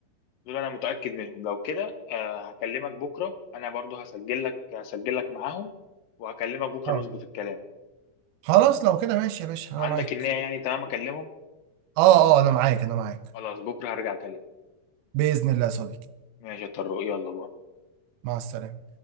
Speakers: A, on the left; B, on the right.
A: دول انا متاكد منهم لو كده آه، هكلمك بكره انا برضو هسجل لك هسجل لك معاهم وهكلمك بكره
B: اه
A: نظبط الكلام
B: خلاص لو كده ماشي يا باشا انا
A: عندك
B: معاك
A: النية يعني تمام اكلمهم
B: اه اه انا معاك انا معاك
A: خلاص بكره هرجع اكلمك
B: باذن الله يا صديقي
A: ماشي يا طارق يلا باي
B: مع السلامه